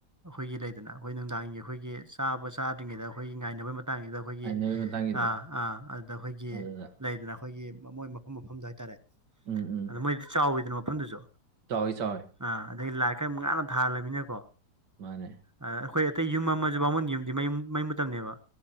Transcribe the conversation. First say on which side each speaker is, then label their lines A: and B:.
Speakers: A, on the right; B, on the right.
A: ꯑꯈꯣꯏꯒꯤ ꯂꯩꯗꯅ ꯑꯩꯈꯣꯏ ꯅꯨꯡꯗꯥꯡꯒꯤ ꯑꯩꯈꯣꯏꯒꯤ ꯆꯥꯕ ꯆꯥꯗ꯭ꯔꯤꯉꯩꯗ ꯑꯩꯈꯣꯏꯒꯤ ꯉꯥꯏꯅꯕꯩ ꯃꯇꯥꯡꯖꯤꯗ ꯑꯈꯣꯏꯒꯤ
B: ꯍꯥꯏꯅꯕꯒꯤ ꯃꯇꯥꯡꯒꯤꯗꯣ
A: ꯑꯥ ꯑꯥ ꯑꯗ ꯑꯈꯣꯏꯒꯤ
B: ꯑꯗꯨꯗ
A: ꯂꯩꯗꯅ ꯑꯈꯣꯏꯒꯤ ꯃꯣꯏ ꯃꯐꯝ ꯃꯐꯝꯗꯣ ꯍꯥꯏꯇꯥꯔꯦ
B: ꯎꯝ ꯎꯝ
A: ꯑꯗꯨ ꯃꯣꯏꯗꯤ ꯆꯥꯎꯋꯤꯗꯅ ꯃꯐꯝꯗꯨꯖꯨ
B: ꯆꯥꯎꯋꯤ ꯆꯥꯎꯋꯤ
A: ꯑꯥ ꯑꯗꯩ ꯂꯥꯏꯠꯀ ꯃꯨꯛ ꯉꯥꯟꯅ ꯊꯥꯂꯝꯅꯤꯅꯀꯣ
B: ꯃꯥꯅꯦ
A: ꯑꯗ ꯑꯈꯣꯏ ꯑꯇꯩ ꯌꯨꯝ ꯃꯝꯃꯖꯨ ꯕꯥꯃꯣꯟꯒꯤ ꯌꯨꯝꯗꯤ ꯃꯩꯌꯨꯝ ꯃꯩ ꯃꯨꯠꯇꯝꯅꯦꯕ